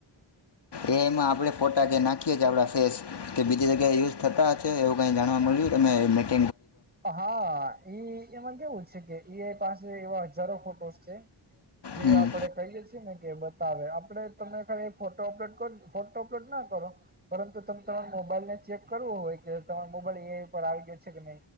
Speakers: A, on the left; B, on the right.
A: એ એમાં આપણે ફોટા જે નાખીએ છીએ આપણા ફેસ કે બીજી જગ યા યુઝ થતા હશે એવુ કંઈ જાણવા મળ્યું તને?
B: હા એ એમાં કેવું છે કે એ આઈ પાસે એવા હજારો ફોટોસ છે. જે
A: હમ
B: આપડે કહીએે છે ને કે બતાવે આપડે તમે ખાલી ફોટો અપલોડ કર ફોટો અપલોડ ના કરો પરંતુ તમે તમારો મોબાઈલ ને ચેક કરવો હોય કે તમારે મોબાઈલ એ આઈ ઉપર આવી ગયો છે કે નય